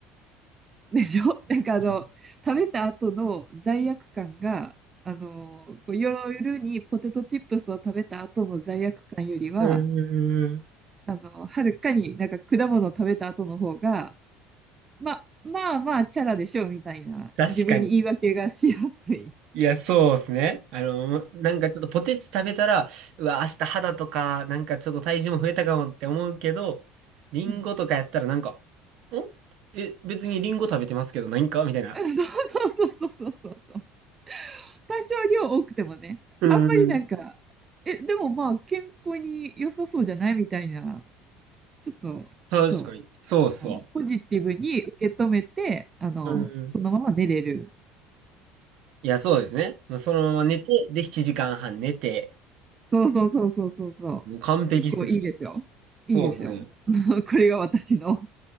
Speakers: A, on the right; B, on the right.
A: <laughs> でしょなんかあの、
B: うん。
A: 食べた後の罪悪感が、あの、こう夜にポテトチップスを食べた後の罪悪感よりは、
B: うーん
A: あの、はるかになんか果物を食べた後の方が、ま、あまあまあ、チャラでしょうみたいな、
B: 確かに。
A: 自分に言い訳がしやすい。
B: いや、そうですね。あの、なんかちょっとポテチ食べたら、うわ、明日肌とか、なんかちょっと体重も増えたかもって思うけど、リンゴとかやったらなんか、
A: うん。
B: んえ、別にリンゴ食べてますけど、何かみたいな。
A: <laughs> あそうそうそうそうそうそう。多少量多くてもね、
B: うん。
A: あんまりなんか、え、でもまあ、健康に良さそうじゃないみたいな、ちょっと、
B: 確かに。
A: そ
B: そうそ
A: う。のポジティブに受け止めて、あの、
B: う。うん。
A: そのまま寝れる。
B: いや、そうですね。もうそのまま寝て、で、7時間半寝て、
A: そうそうそうそうそうそう。
B: もう完璧っすね。
A: 結構いいでしょ
B: そうですね。
A: いいでしょ <laughs> これが私の